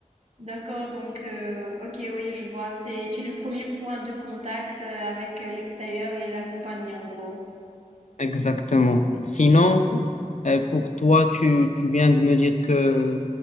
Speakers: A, on the right; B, on the left.
A: D'accord, donc, euh, ok, oui, je vois. C'est, tu es le premier point de contact euh, avec euh, l'extérieur et la compagnie, en gros.
B: Exactement. Sinon, euh, pour toi, tu, tu viens de me dire que